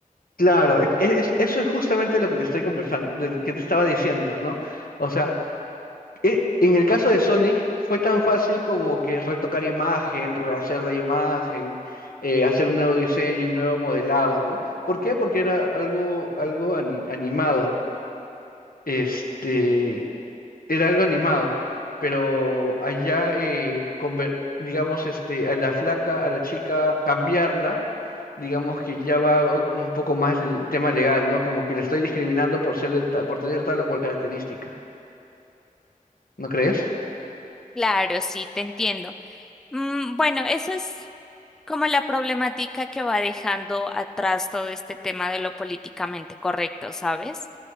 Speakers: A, on the left; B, in the centre.
A: Claro, e- e- es- eso es justamente lo que te estoy conversando, de- que te estaba diciendo, ¿no? O sea, e- en el caso de Sonic fue tan fácil como que retocar imagen, rehacer la imagen, eh, hacer un nuevo diseño, un nuevo modelado, ¿no? ¿Por qué? Porque era algo, algo ani- animado. este, era algo animado, pero allá, eh, conver- digamos, este, a la flaca, a la chica, cambiarla, digamos que ya va u- un poco más el tema legal, ¿no? Como que le estoy discriminando por ser de ta- por tener tal o cual característica, ¿no crees?
B: Claro, sí, te entiendo. Mm, bueno, eso es como la problemática que va dejando atrás todo este tema de lo políticamente correcto, ¿sabes?